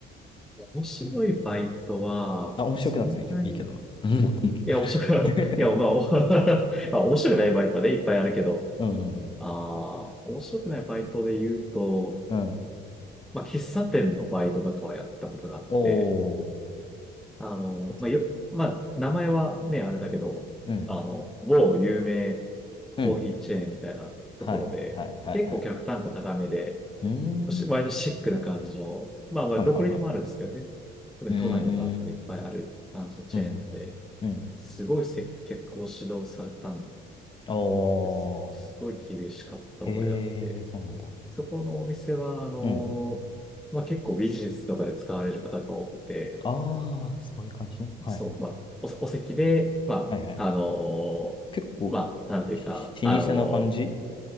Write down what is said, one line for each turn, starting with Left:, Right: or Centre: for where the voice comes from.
Centre: 面白いバイトは、
Left: あ、面白くなくてもいいけど。
Centre: そんなに、
Left: いいけどうん。
Centre: い
Left: <laughs>
Centre: や、面白くない、いや、まあ、お <laughs> まあ面白くないバイトはね、いっぱいあるけど、
Left: うんうん
Centre: ああ、面白くないバイトで言うと、
Left: うん。
Centre: まあ、喫茶店のバイトとかはやったことがあって、
Left: おー。そ
Centre: あの、
Left: うですね
Centre: まあ、よ、まあ、名前はね、あれだけど、
Left: うん。
Centre: あの、某有名コーヒーチェーンみたいなところで、
Left: うん。はい。はい。はい。
Centre: 結構客単価高めで、
Left: はい。うー
Centre: し割とシックな感じの、
Left: ん。
Centre: まあまあ、
Left: はいはいはい。
Centre: どこにでもあるんですけどね。特に都内のバーとかでいっぱいあるあのチェーンで、
Left: うーん。うん。うん。うん
Centre: すごい接客を指導されたん
Left: おー。
Centre: ですよ。すごい厳しかった覚えがあって。
Left: へえ、そうなんだ。
Centre: そこのお店は、あの、
Left: うん。
Centre: まあ結構ビジネスとかで使われる方が多くて、
Left: ああ、そういう感じね。はいはいはい。
Centre: そう、まあ、お、お席で、まあ、
Left: はいはい。
Centre: あの、
Left: 結構、
Centre: まあ、なんていうか、
Left: し老舗な感じ
Centre: あの、